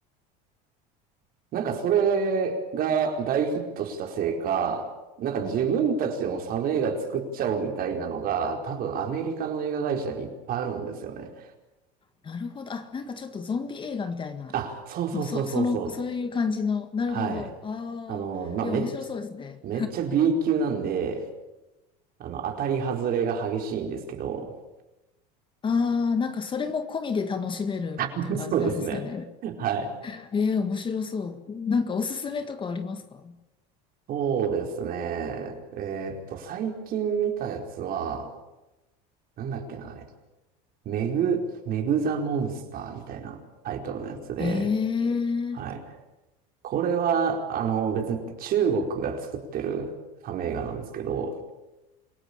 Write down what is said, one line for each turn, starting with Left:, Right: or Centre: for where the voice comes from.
Right: なんかそれが大ヒットしたせいか、なんか自分たちでもサメ映画作っちゃおうみたいなのが、多分アメリカの映画会社にいっぱいあるんですよね。
Left: なるほど。あ、なんかちょっとゾンビ映画みたいな。
Right: あ、そうそうそうそうそ
Left: もうそ、その、そういう感じの。
Right: う。
Left: なるほど。
Right: はい。
Left: ああ、
Right: あの、まあ、
Left: いや、
Right: めっちゃ、
Left: 面白そうですね。
Right: めっちゃ B 級なんで、あの、当たり外れが激しいんですけど、
Left: ああ、なんかそれも込みで楽しめるっていう感じなんですかね。
Right: <laughs> そうですね。はい。
Left: えー、面白そう。なんかおすすめとかありますか
Right: そうですね。えーっと、最近見たやつは、なんだっけな、あれ。メグ、メグザモンスターみたいなタイトルのやつで、
Left: ええー、
Right: はい。これは、あの、別に中国が作ってるサメ映画なんですけど、